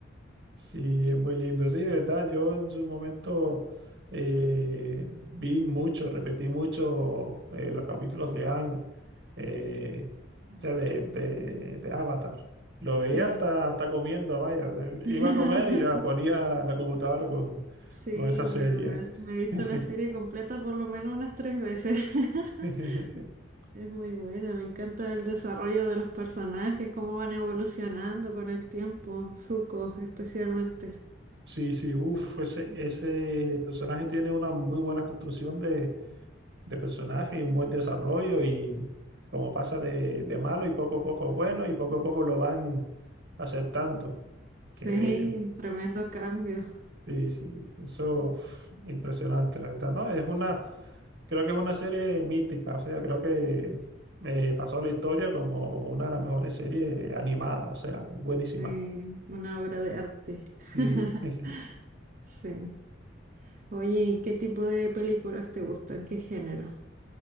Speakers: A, on the right; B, on the right.
A: Sí, es muy lindo. Sí, de verdad, yo en su momento eh, vi mucho, repetí mucho eh, los capítulos de Ang, eh, o sea, de, de, de Avatar. Lo veía
B: Sí.
A: hasta, hasta comiendo, vaya. Iba
B: <laughs>
A: a comer y va, ponía la computadora con,
B: Sí,
A: con esa serie.
B: yo igual. Me he visto
A: <laughs>
B: la serie completa por lo menos unas tres veces. <laughs>
A: <laughs>
B: Es muy buena, me encanta el desarrollo de los personajes, cómo van evolucionando con el tiempo, Zuko especialmente.
A: Sí, sí, uff, ese, ese personaje tiene una muy buena construcción de de personaje y un buen desarrollo y como pasa de, de malo y poco a poco bueno y poco a poco lo van aceptando.
B: Sí,
A: Que
B: tremendo cambio.
A: sí, sí, eso uf, impresionante, la verdad, ¿no? Es una, creo que es una serie mítica, o sea, creo que eh, pasó a la historia como una de las mejores series animadas, o sea, buenísima.
B: Sí, una obra de arte.
A: Sí.
B: <laughs>
A: <laughs>
B: Sí. Oye, ¿y qué tipo de películas te gustan? ¿Qué género?